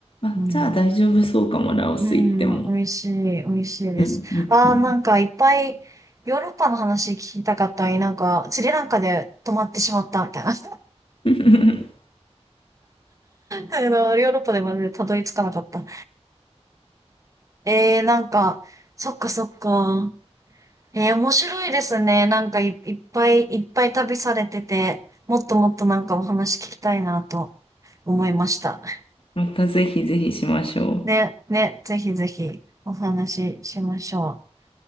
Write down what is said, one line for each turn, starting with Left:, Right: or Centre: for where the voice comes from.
Left: あ、
Right: うん。
Left: じゃあ大丈夫そうかも、ラオス行っても。
Right: うん、まあ美味しい、美味しいです。
Left: うんうん
Right: ああ、なんかいっぱいヨーロッパの話聞きたかったり、なんかスリランカで止まってしまったみたいな。<laughs>
Left: うん。
Right: あの、ヨーロッパでまでたどり着かなかった。えー、なんか、そっかそっか。えー、面白いですね。なんかい、いっぱいいっぱい旅されてて、もっともっとなんかお話聞きたいなと思いました。
Left: <laughs> またぜひぜひしましょう。
Right: ね、ね、ぜひぜひお話ししましょう。